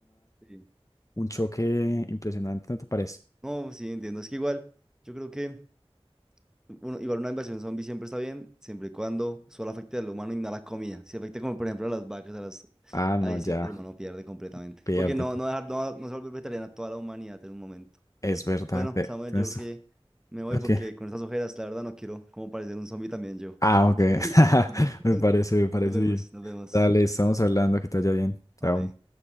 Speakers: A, in the centre; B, on the left (about 30°).
A: Sí.
B: un choque impresionante, ¿no te parece?
A: No, sí, entiendo, es que igual, yo creo que... Bueno, igual una invasión zombie siempre está bien, siempre y cuando solo afecte al humano y no a la comida. Si afecta como por ejemplo a las vacas, a las...
B: Ah, no,
A: ahí sí
B: ya,
A: el humano pierde completamente.
B: pierde.
A: Porque no,
B: pe-
A: no, dejar, no, no se vuelve vegetariana toda la humanidad en un momento.
B: Es verdad.
A: Bueno,
B: te-
A: Samuel,
B: tienes-
A: yo creo que me voy
B: Ok.
A: porque con estas ojeras, la verdad, no quiero como parecer un zombie también yo.
B: Ah,
A: Entonces,
B: ok. <laughs> Me parece,
A: <laughs>
B: me parece
A: nos vemos,
B: bien.
A: nos vemos.
B: Dale, estamos hablando, que te vaya bien. Chao.
A: Vale.